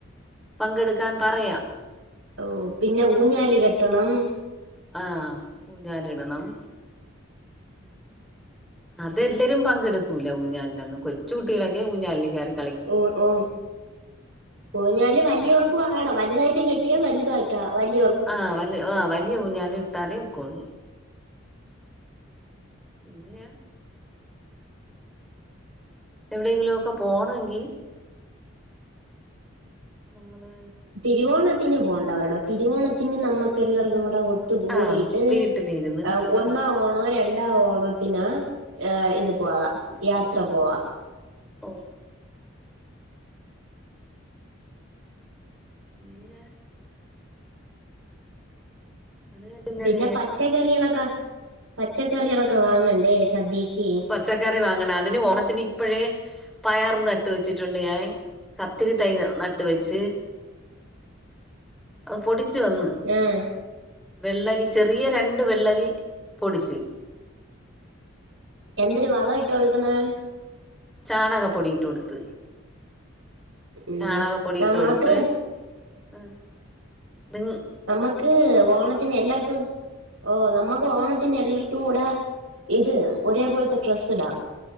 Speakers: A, in the centre; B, on the right.
A: പങ്കെടുക്കാൻ പറയാം
B: ഓ പിന്നെ ഊഞ്ഞാൽ കെട്ടണം
A: ആഹ് ഊഞ്ഞാൽ ഇടണം അതെല്ലരും പങ്കെടുക്കൂല്ല ഊഞ്ഞാലിന്റെന്ന് കൊച്ച് കുട്ടികളൊക്കെ ഊഞ്ഞാലിൽ കേറി
B: ഓ ഓ ഊഞ്ഞാല് വലിയോർക്കും
A: പിന്നെ
B: ആടം വലുതായിട്ട് കെട്ട ട്ടിയ വലുതാടട്ടാ വലിയൊ
A: ആഹ് വല് ആഹ് വലിയ ഊഞ്ഞാൽ ഇട്ടാലേ ഒക്കൊള്ളൂ പിന്നെ എവിടെങ്കിലൊക്കെ പോണോങ്കി നമ്മള്
B: തിരുവോണത്തിന് പോണ്ട അവരോടോ തിരുവോണത്തിന് നമ്മുക്ക് എല്ലർക്കും കു‌ടെ ഒ ഒത്തു കൂടിട്ട്
A: ആഹ് വീട്ടിലിരുന്ന്
B: ആവൂ ഒന്നാ
A: ആഹ്
B: ഓണം രണ്ടാം ഓണം പിന്നെ ഏ ഇത് പോവാം യാത്ര പോവാം
A: ഓ പിന്നെ അത് കഴിഞ്ഞിന്നത്
B: പിന്നെ പച്ചക്കറികളൊക്കെ പച്ചക്കറികളൊക്കെ വാങ്ങണ്ടേ സദ്യക്ക്
A: പച്ചക്കറി വാങ്ങണം അതിന് ഓണത്തിന് ഇപ്പഴേ പയർ നട്ട് വെച്ചിട്ടുണ്ട് ഞാന് കത്തിരി തൈ നട്ട് വെച്ച് അത് പൊടിച്ച് തന്ന്
B: <unintelligible>
A: വെള്ളരി ചെറിയ രണ്ട് വെള്ളരി പൊടിച്ച്
B: എന്തൊരു വളം ഇട്ട് കൊട്ക്ക്ണ്
A: ചാണക പൊടിയിട്ട് കൊടുത്ത്
B: ഉം
A: ചാണക പൊടിട്ട്
B: നമ്മക്ക്
A: കൊട്ത്ത് ഉം നി
B: നമ്മക്ക് ഓണത്തിന് എല്ലാർക്കും ഓ നമ്മക്ക് ഓണത്തിന് എല്ലാർക്കും കൂടെ ഇത് ഒരേ പോൽത്തെ ട്രെസ്സ്ടാ